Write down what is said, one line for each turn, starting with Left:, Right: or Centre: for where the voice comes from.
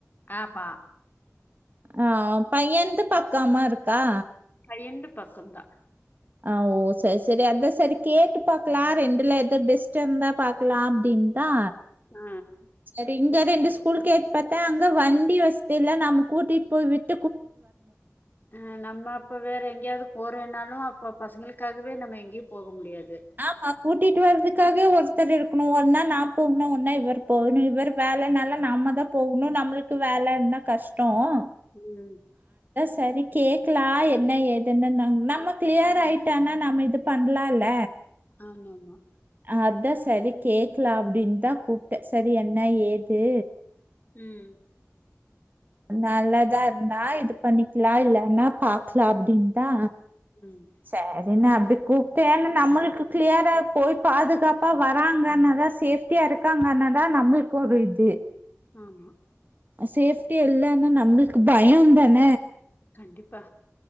Left: ஆமா
Right: ஆ பையன்து பக்கமா இருக்கா
Left: ரெண்டு பக்கோந்தா
Right: ஆ, ஓ சரி சரி அத சரி கேட்டு பாக்கலா ரெண்டுல எது பெஸ்ட்டு இருந்தா பாக்கலா அப்டின் தா
Left: ஆ
Right: ட்டிங்க ரெண்டு ஸ்கூல்க்கேட் பாத்தா அங்க வண்டி வசதி இல்ல நாம கூட்டிட் போய் விட்
Left: ஆ, நம்ம அப்ப வேற எங்கேயாவது போறேன்னாலு அப் ப்ப பசங்களுக்காகவே நம்ம எங்கேயும் போக முடியாது
Right: ஆமா கூட்டிட்டு வரதுக்காகே ஒருத்தர் இருக்கணும் ஒரு நாள் நான் போனும் ஒர்னா இவர் போகணு இவரு வேலனால நம்ம தான் போகணு நம்மளுக்கு வேல இருந்தா கஷ்டம்
Left: உம்
Right: சரி கேக்கலாம் என்ன ஏதுன்னு நம்ம கிளியர் ஆயிட்டானா நம்ம இது பண்ணலாம்ல
Left: ஆமா ஆமா
Right: அதான் சரி கேட்க்லாம் அப்டின்தான் கூப்ட்டேன் சரி என்ன ஏது
Left: உம்
Right: நல்லாதான் இருந்தா இது பண்ணிக்லாம் இல்லன்னா பாக்கலாம் அப்டின் தா
Left: ம்
Right: சரி அன அப்படி கூப்பேன்ன நம்மளுக்கு கிளியரா போய் பாதுகாப்பா வராங்கன்னதான் சேஃப்ட்டியா இருக்காங்கன்னதான் நம்மளுக்கு ஒரு இது
Left: ஆமா
Right: சேஃப்டி இல்லன்னா நம்மளுக்கு பயம் தான
Left: கண்டிப்பா